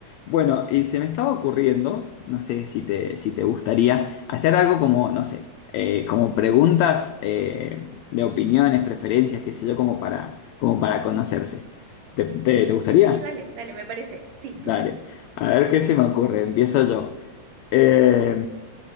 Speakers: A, on the left (about 90°); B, on the right (about 80°).
A: Bueno, y se me estaba ocurriendo, no sé si te, si te gustaría, hacer algo como, no sé, eh, como preguntas eh, de opiniones, preferencias, qué sé yo, como para, como para conocerse. ¿Te, te- te gustaría?
B: Sí, dale, dale, me parece. Sí,
A: Dale.
B: súper.
A: A ver qué se me ocurre. Empiezo yo. Eh,